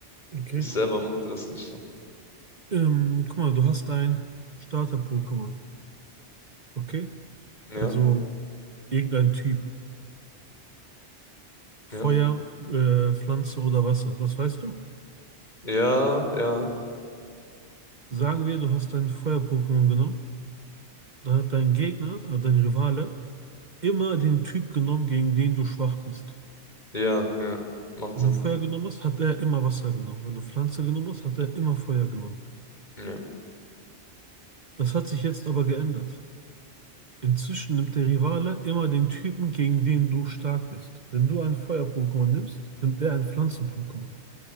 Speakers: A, on the right; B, on the left.
A: Okay.
B: ich selber mochte das nicht so.
A: Ähm, guck mal, du hast ein Starter-Pokémon. Okay?
B: Ja,
A: Also irgendein Typ. Feuer,
B: ja,
A: äh, Pflanze oder Wasser. Das weißt du?
B: ja, ja,
A: Sagen wir, du hast ein Feuer-Pokémon genommen. Da hat dein Gegner, äh, dein Rivale, immer den Typ genommen, gegen den du schwach bist.
B: ja, ja, macht
A: Wenn
B: Sinn.
A: du Feuer genommen hast, hat er immer Wasser genommen. Wenn du Pflanze genommen hast, hat er immer Feuer genommen.
B: Ja.
A: Das hat sich jetzt aber geändert. Inzwischen nimmt der Rivale immer den Typen, gegen den du stark bist. Wenn du ein Feuer-Pokémon nimmst, nimmt er ein Pflanzen-Pokémon.